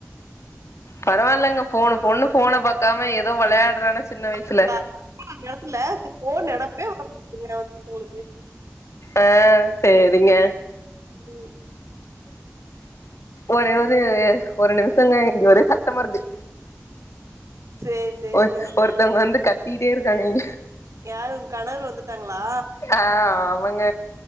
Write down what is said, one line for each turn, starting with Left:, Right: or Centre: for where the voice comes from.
Left: பரவாயில்ங்க ஃபோனு பொண்ணு போன பாக்காம எத் அதோ விளையாட்றேனா சின்ன வயசுல
Right: அந்த அர இந்த ‌எடத்துல ஃபோன் நெனப்பே வர மாட்டேங்குதுங்க உங்களுக்கு
Left: ஆ செரிங்க
Right: ம்
Left: ஒரே ஒரு ஒரு நிமிஷங்க இங்க ஒரே சத்தமா இருக்கு
Right: சேரி சேரிங்க
Left: ஒர் ஒருத்தவங்க வந்து கத்திட்டே இருக்காங்க இங்க
Right: யாருங் உங் கணவர் வந்துட்டாங்களா
Left: ஆ அவங்க